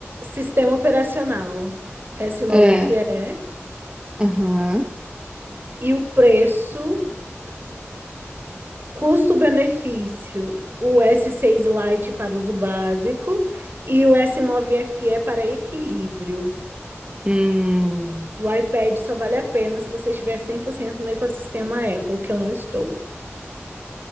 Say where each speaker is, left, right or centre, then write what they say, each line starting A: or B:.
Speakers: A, on the right; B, on the right.
A: Sistema operacional, S9FE.
B: É.
A: E
B: Aham.
A: E o preço, custo-benefício, o S6 Lite para uso básico e o S9FE para equilíbrio.
B: Hum,
A: E o iPad só vale a pena se você estiver 100% no ecossistema Apple, que eu não estou.